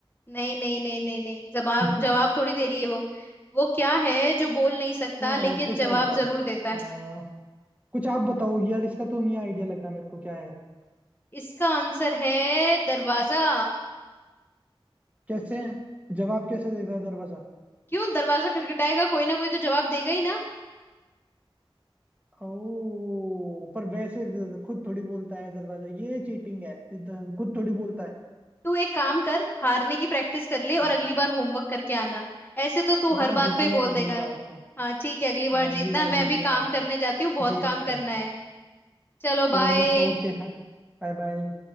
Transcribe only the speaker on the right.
<laughs>
यार
और तो क्या
होगा
आ, कुछ आप बताओ यार इसका तो नहीं आइडिया लग रहा मेरे को क्या है
कैसे है? जवाब कैसे देता है दरवाजा
ओ पर वैसे द- खुद थोड़ी बोलता है दरवाजा ये चीटिंग है इधर खुद थोड़ी बोलता है
हाँ,
मैं
जीतूंगा
अगली
बार तो
मैं
अगली बार
जीतूंगा
देखते
हैं
चलो
ओके Bye bye